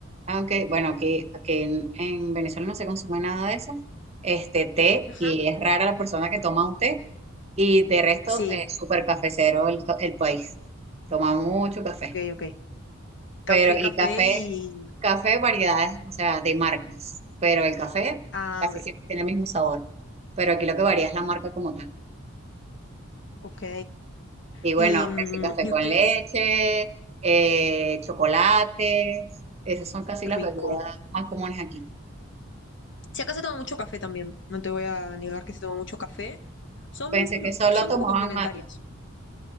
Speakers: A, on the right; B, on the left.
A: Ah, ok. Bueno, aquí, aquí en, en Venezuela no se consume nada de eso. Este té,
B: Ujú.
A: y es rara la persona que toma un té, y de resto,
B: Sí,
A: es súper cafecero el, el país. Toma mucho café.
B: ok, ok. Café,
A: Pero, y
B: café
A: café,
B: y...
A: café variedades, o sea, de marcas. Pero el café
B: Ah,
A: casi
B: ok,
A: siempre tiene el mismo sabor. Pero aquí lo que varía es la marca como tal.
B: ok.
A: Y bueno,
B: Y, mm,
A: que sí, café
B: y
A: con
B: ustedes,
A: leche, eh, chocolates, esas son casi
B: qué
A: las
B: rico.
A: bebidas más comunes aquí.
B: Si acá se toma mucho café también, no te voy a negar que se toma mucho café. Son,
A: Pensé que solo
B: son
A: tomaban
B: como complementarias.
A: mate.